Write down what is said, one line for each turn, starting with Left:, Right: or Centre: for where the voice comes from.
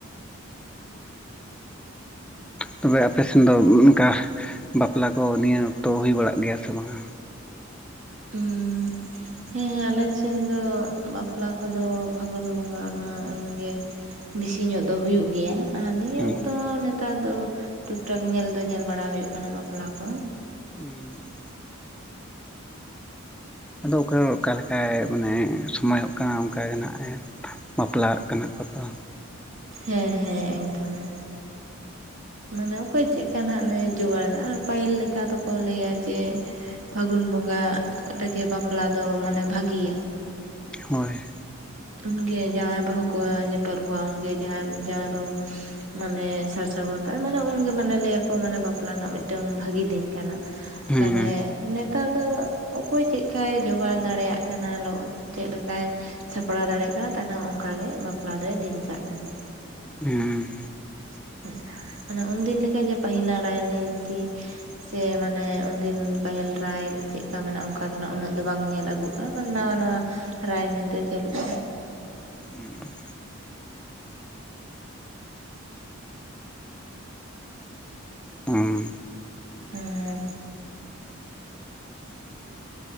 Centre: ᱛᱚᱵᱮ ᱟᱯᱮ ᱥᱮᱱ ᱫᱚ ᱚᱱᱠᱟ ᱵᱟᱯᱞᱟ ᱠᱚ ᱱᱤᱭᱟᱹ ᱚᱠᱛᱚ ᱦᱩᱭ ᱵᱟᱲᱟᱜ ᱜᱮᱭᱟ ᱥᱮ ᱵᱟᱝᱟ?
Right: ᱦᱩᱸ᱾ ᱦᱮᱸᱦᱮᱸ ᱟᱞᱮ ᱥᱮᱱ ᱫᱚ ᱵᱟᱯᱞᱟ ᱠᱚᱫᱚ ᱯᱷᱟᱹᱜᱩᱱ ᱵᱚᱸᱜᱟ ᱟᱱᱟ ᱩᱱᱜᱮ ᱵᱮᱥᱤ ᱧᱚᱜ ᱫᱚ ᱦᱩᱭᱩᱜ ᱜᱮᱭᱟ। ᱟᱨ ᱱᱤᱭᱟᱹ
Centre: ᱦᱩᱸ
Right: ᱚᱠᱛᱚ ᱱᱮᱛᱟᱨ ᱫᱚ ᱴᱩᱠ ᱴᱷᱟᱠ ᱧᱮᱞ ᱫᱚ ᱧᱮᱞ ᱵᱟᱲᱟ ᱦᱩᱭᱩᱜ ᱠᱟᱱᱟ ᱵᱟᱯᱞᱟ ᱠᱚ।
Centre: ᱦᱩᱸ- ᱟᱫᱚ ᱚᱠᱟ ᱚᱠᱟᱞᱮᱠᱟᱭ ᱢᱟᱱᱮ ᱥᱚᱢᱚᱭᱚᱜ ᱠᱟᱱᱟ ᱚᱱᱠᱟᱜᱮ ᱱᱟᱜᱼ ᱦᱮᱸ। ᱵᱟᱯᱞᱟᱜ ᱠᱟᱱᱟ ᱠᱚ ᱛᱚ।
Right: ᱦᱮᱸ ᱦᱮᱸ ᱚᱱᱠᱟᱹ ᱜᱮ ᱢᱟᱱᱮ ᱚᱠᱚᱭ ᱪᱮᱫᱠᱟ ᱱᱟᱜ ᱞᱮ ᱡᱚᱜᱟᱲ ᱫᱟ ᱟᱨ ᱯᱟᱹᱦᱤᱞ ᱞᱮᱠᱟ ᱫᱚᱠᱚ ᱞᱟᱹᱭᱟ ᱡᱮ ᱯᱷᱟᱹᱜᱩᱱ ᱵᱚᱸᱜᱟ ᱨᱮᱜᱮ ᱵᱟᱯᱞᱟ ᱫᱚ ᱢᱟᱱᱮ ᱵᱷᱟᱹᱜᱤᱭᱟ।
Centre: ᱦᱳᱭ,
Right: ᱩᱱᱜᱮ ᱡᱟᱶᱟᱭ ᱵᱟᱹᱦᱩ ᱠᱚ ᱧᱮᱯᱮᱞ ᱠᱚᱣᱟ ᱩᱱᱜᱮ ᱡᱟᱶᱟᱭ ᱵᱟᱹᱦᱩ ᱢᱟᱱᱮ ᱥᱟᱨ ᱥᱟᱹᱜᱩᱱ <unintelligible> ᱢᱟᱱᱮ ᱩᱱᱜᱮ ᱢᱟᱱᱮ ᱞᱟᱹᱭᱟᱠᱚ ᱢᱟᱱᱮ ᱵᱟᱯᱞᱟ ᱨᱮᱱᱟᱜ ᱢᱤᱫᱴᱟᱹᱝ ᱵᱷᱟᱹᱜᱤ ᱫᱤᱱ ᱠᱟᱱᱟ।
Centre: ᱦᱩᱸ
Right: ᱛᱟᱦᱞᱮ, ᱱᱮᱛᱟᱨ ᱫᱚ ᱚᱠᱚᱭ ᱪᱮᱜ ᱞᱮᱠᱟᱭ ᱡᱚᱜᱟᱣ ᱫᱟᱲᱮᱭᱟᱜ ᱠᱟᱱᱟ <unintelligible> ᱪᱮᱫ ᱞᱮᱠᱟᱭ ᱥᱟᱯᱲᱟᱣ ᱫᱟᱲᱮᱭᱟᱜ ᱠᱟᱱᱟ ᱛᱟᱦᱟᱞᱮ ᱚᱱᱠᱟᱜᱮ ᱵᱟᱯᱞᱟ ᱫᱚᱭ ᱫᱤᱱ ᱠᱟᱜ ᱠᱟᱱᱟ।
Centre: ᱦᱩᱸ
Right: <unintelligible> ᱚᱱᱮ ᱩᱱᱫᱤᱱ ᱞᱮᱠᱟ ᱜᱮ ᱯᱟᱹᱦᱞᱟ ᱨᱟᱭᱱᱤᱛᱤ ᱥᱮ ᱢᱟᱱᱮ ᱩᱱᱫᱤᱱ ᱯᱟᱹᱦᱤᱞ ᱨᱟᱭ ᱪᱮᱫᱞᱮᱠᱟ ᱢᱮᱱᱟᱜᱼᱟ ᱚᱱᱠᱟ ᱫᱚ ᱱᱟᱜ ᱩᱱᱟᱹᱜ ᱫᱚ ᱵᱟᱝ ᱧᱮᱞ ᱟᱹᱜᱩ <unintelligible> ᱱᱟᱣᱟ ᱱᱟᱣᱟ ᱨᱟᱭ ᱱᱤᱛ ᱫᱚ ᱪᱟᱹᱞᱩᱜ। <unintelligible>
Centre: ᱦᱩᱸ। ᱦᱩᱸ
Right: ᱦᱮᱸᱻ,